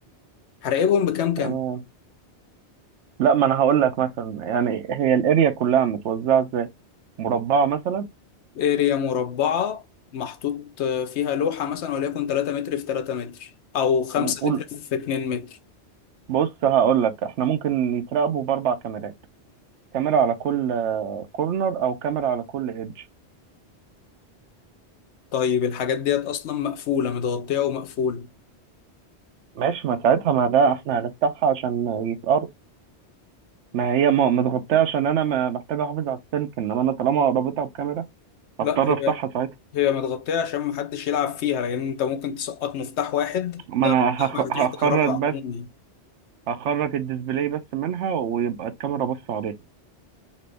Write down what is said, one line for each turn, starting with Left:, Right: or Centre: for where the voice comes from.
Left: هراقبهم بكام كام
Right: تمام لا ما انا هقول لك مثلا يعني هي الاريا كلها متوزعه ازاي مربعه مثلا
Left: اريا مربعة محطوط فيها لوحة مثلا وليكن 3 متر في 3 متر أو 5
Right: م، قول
Left: متر في 2 متر
Right: بص هقول لك احنا ممكن يتراقبوا باربع كاميرات كاميرا على كل كورنر او كاميرا على كل ايدج
Left: طيب الحاجات ديت أصلا مقفولة متغطية ومقفولة
Right: ماشي ما ساعتها ما ده احنا هنفتحها عشان يتقرب ما هي ما- متغطيه عشان انا ما- محتاج احافظ على السلك انما انا طالما رابطها بكاميرا
Left: لا
Right: هضطر
Left: هي
Right: افتحها ساعتها
Left: هي متغطية عشان محدش يلعب فيها لأن أنت ممكن تسقط مفتاح واحد
Right: ما
Left: لا
Right: انا هخ-
Left: مفاتيح
Right: هخرج
Left: كهرباء
Right: بس
Left: عموما
Right: هخرج الديسبلاي بس منها ويبقى الكاميرا بص عليه